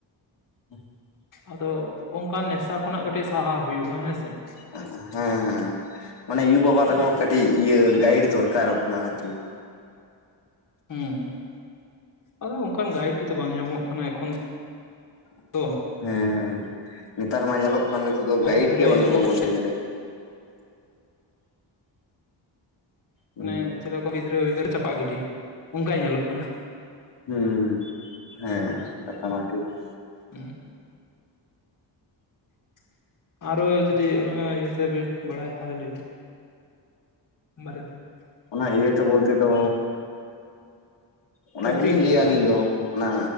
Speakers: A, on the left (about 70°); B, on the left (about 45°).
A: <inaudible>
B: ᱟᱫᱚ ᱚᱱᱠᱟᱱ ᱱᱮᱥᱟ ᱠᱷᱚᱱᱟᱜ ᱠᱟᱹᱴᱤᱡ ᱥᱟᱦᱟᱜ ᱦᱩᱭᱩᱜ-ᱟ ᱦᱮᱸᱥᱮ ᱾
A: ᱦᱮᱸ ᱦᱮᱸ ᱾ ᱢᱟᱱᱮ ᱭᱩ-ᱵᱟᱵᱟ
B: ᱦᱩᱸ
A: ᱛᱟᱠᱚ ᱠᱟᱹᱴᱤᱡ ᱤᱭᱟᱹ ᱜᱟᱭᱤᱰ ᱫᱚᱨᱠᱟᱨᱚᱜ ᱠᱟᱱᱟ ᱟᱨᱠᱤ ᱾
B: ᱦᱮᱸ ᱾ <inaudible> ᱟᱫᱚ ᱚᱱᱠᱟᱱ ᱜᱟᱭᱤᱰ ᱜᱮᱛᱚ ᱵᱟᱝ ᱧᱟᱢᱚᱜ ᱠᱟᱱᱟ ᱮᱠᱷᱚᱱ
A: <inaudible>
B: ᱫᱚ
A: ᱦᱮᱸ ᱦᱮᱸ ᱱᱮᱛᱟᱨ ᱢᱟ ᱧᱮᱞᱚᱜ ᱠᱷᱟᱱ ᱱᱤᱛᱳᱜ ᱫᱚ ᱜᱟᱭᱤᱰ
B: ᱜᱤᱫᱽᱨᱟᱹ
A: ᱜᱮ ᱵᱟᱹᱱᱩᱜ-ᱟ
B: ᱤᱭᱟᱹ ᱠᱟᱛᱮ
A: ᱵᱚᱞᱛᱮ ᱜᱮᱞᱮ ᱾ ᱦᱩᱸ
B: ᱢᱟᱱᱮ <unintelligible> ᱠᱚ ᱜᱤᱫᱽᱨᱟᱹ ᱦᱩᱭ ᱠᱟᱛᱮᱫ ᱪᱟᱯᱟᱜ ᱜᱤᱰᱤ ᱚᱱᱠᱟᱭ ᱧᱮᱞᱚᱜ ᱠᱟᱱᱟ ᱾
A: ᱦᱩᱸ ᱦᱮᱸ ᱠᱟᱛᱷᱟ ᱢᱟ ᱴᱷᱤᱠ ᱾
B: ᱩᱸᱜ <inaudible> ᱟᱨᱚ ᱡᱩᱫᱤ ᱚᱱᱟ ᱤᱭᱟᱹ ᱛᱮᱵᱤᱱ ᱵᱟᱲᱟᱭᱟ ᱛᱟᱦᱚᱞᱮ ᱞᱟᱹᱭ ᱵᱤᱱ ᱾ <inaudible> ᱵᱟᱨᱮᱛᱮ <inaudible>
A: ᱚᱱᱟ ᱤᱭᱟᱹ ᱛᱮ ᱵᱚᱞᱛᱮ ᱫᱚ ᱚᱱᱟ
B: ᱴᱚᱯᱤᱠ
A: ᱜᱮ ᱞᱤᱧ ᱞᱟᱹᱭᱟ
B: ᱪᱮᱛᱟᱱ
A: ᱟᱹᱞᱤᱧ ᱫᱚ ᱚᱱᱟ